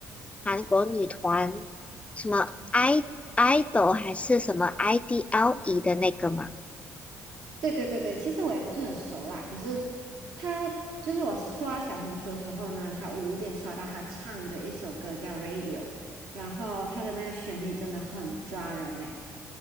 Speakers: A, on the left; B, on the right.
A: 韩国女团什么 i idol 还是什么 IDLE 的那个吗？
B: 对对对对，其实我也不是很熟啦，可是他就是我刷小红书的时候呢，他无意间刷到他唱的一首歌叫《Radio》，然后他的那个旋律真的很抓人诶、